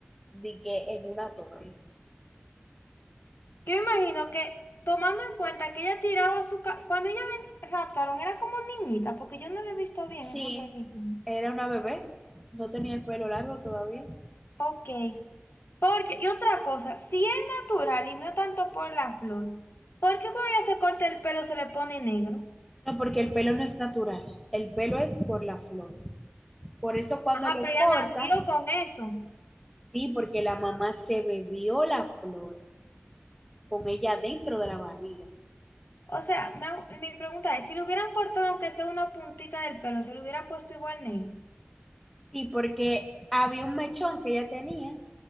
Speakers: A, in the centre; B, on the left.
A: de que en una torre.
B: Yo imagino que tomando en cuenta que ella tiraba su... ca- Cuando ella la raptaron era como niñita, porque yo no la he visto bien
A: Sí,
B: esa película.
A: Era una bebé, no tenía el pelo largo todavía.
B: Ok. Porque, y otra cosa, si es natural y no es tanto por la flor, ¿por qué cuando ella se corta el pelo se le pone negro?
A: No, porque el pelo no es natural, el pelo es por la flor. Por eso cuando
B: Ajá,
A: lo
B: pero
A: corta,
B: ella nació con eso.
A: sí, porque la mamá se bebió la flor con ella dentro de la barriga.
B: O sea, me hago- mi pregunta es, si le hubieran cortado aunque sea una puntita del pelo, ¿se le hubiera puesto igual negro?
A: Sí, porque había un mechón que ella tenía,